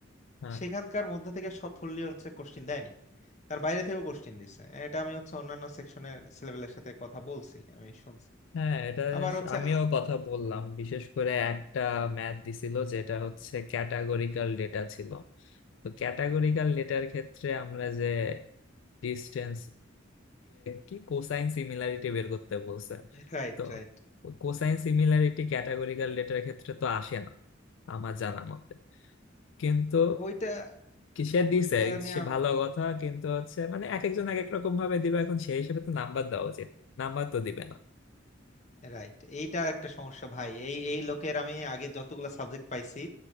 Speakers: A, on the left (about 70°); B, on the left (about 35°).
A: হ্যাঁ
B: সেখানকার মধ্যে থেকে সব ফুললি হচ্ছে কোশ্চিন দেয়নি তার বাইরে থেকেও কোশ্চিন দিছে এটা আমি হচ্ছে অন্যান্য সেকশনের ছেলেপেলের সাথে কথা বলছি আমি শুনছি
A: হ্যাঁ এটা
B: আবার
A: স-
B: হচ্ছে
A: আমিও কথা বললাম বিশেষ করে একটা ম্যাথ দিছিল যেটা হচ্ছে ক্যাটাগরিক্যাল ডেটা ছিল তো ক্যাটাগরিক্যাল ডেটার ক্ষেত্রে আমরা যে ডিস্টেন্স কি কোসাইন সিমিলারিটি বের করতে বলছে
B: রাইট
A: তো
B: রাইট
A: কোসাইন সিমিলারিটি ক্যাটাগরিক্যাল ডেটার ক্ষেত্রে তো আসে না আমার জানা মতে কিন্তু
B: ওইটা
A: কি সে দিছে
B: ওইটা নিয়ে
A: সে
B: আম-
A: ভালো কথা কিন্তু হচ্ছে মানে এক একজন এক এক রকম ভাবে দিবে এখন সেই হিসেবে তো নাম্বার দেওয়া উচিত নাম্বার তো দিবে না
B: রাইট এইটার একটা সমস্যা ভাই এই এই লোকের আমি আগে যতগুলো সাবজেক্ট পাইছি